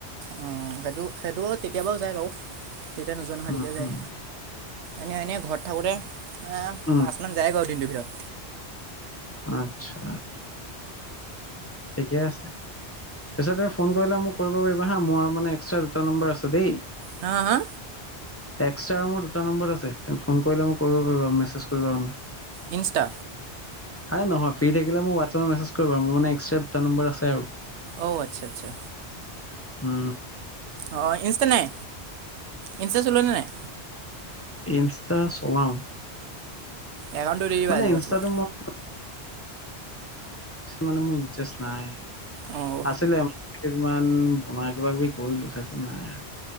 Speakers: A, on the right; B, on the left.
A: অ সেইটো সেইটো তেতিয়াবাও যায় বাৰু তেতিয়া নোযোৱা নহয়
B: উম
A: তেতিয়া যায়।
B: উম
A: এনেই এনেই ঘৰত থাকোঁতে
B: উম
A: পাঁচমান যায় বাৰু দিনটোৰ ভিতৰত
B: আত্ছা ঠিকেই আছে। পিছে তুমি ফোন কৰিলে মোক কৰিব পাৰিবা হা মোৰ মানে এক্সট্ৰা দুটা নম্বৰ আছে দেই।
A: হা হা
B: এক্সট্ৰা ৰুমৰ দুটা নম্বৰত আছে তুমি ফোন কৰিলে মোক কৰিব পাৰিবা মেছেজ কৰিবা মানে।
A: ইনষ্টা
B: আৰে নহয় ফ্ৰী থাকিলে মোক হোৱাটছএপত মেছেজ কৰিবা আৰু মোৰ মানে এক্সট্ৰা দুটা নম্বৰ আছে আৰু
A: অ আচ্ছা আচ্ছা।
B: উম।
A: অ ইনষ্টা নাই? ইনষ্টা চলোৱা নে নাই?
B: ইনষ্টা চলাম।
A: একাউণ্টটো দি দিবা
B: মানে
A: আজি
B: ইনষ্টাটো
A: হোৱাটছআপত
B: মই মানে মোৰ ইণ্টাৰেষ্ট নাই।
A: অঁ
B: আছিলে ইমান বনাই কিবা কিবি কৰিলো তাৰপিছত নাই।